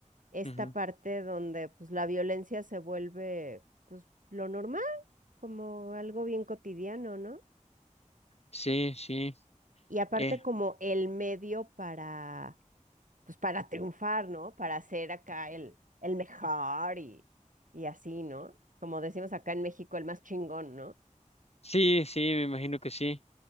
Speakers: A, on the right (about 75°); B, on the left (about 50°).
A: esta
B: Ujú.
A: parte donde pues la violencia se vuelve pues lo normal, como algo bien cotidiano, ¿no?
B: Sí, sí.
A: Y aparte
B: Eh,
A: como el medio para pues para triunfar, ¿no? Para ser acá el, el mejor y, y así, ¿no? Como decimos acá en México, el más chingón, ¿no?
B: sí, sí, me imagino que sí.